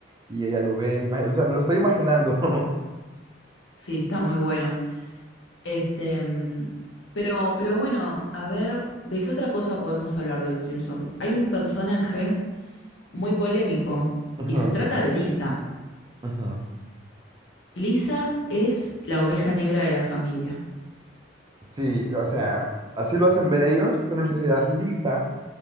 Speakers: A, on the right (about 20°); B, on the left (about 85°).
A: y ella lo ve. me ima- O sea, me lo estoy imaginando. <laughs>
B: sí, está muy bueno. Este, mm, pero, pero bueno, a ver, ¿de qué otra cosa podemos hablar de los Simpson? Hay un personaje muy polémico
A: Ujú,
B: y se trata de Lisa.
A: ujú.
B: Lisa es la oveja negra de la familia.
A: Sí, o sea, así lo hacen ver ellos, pero en realidad Lisa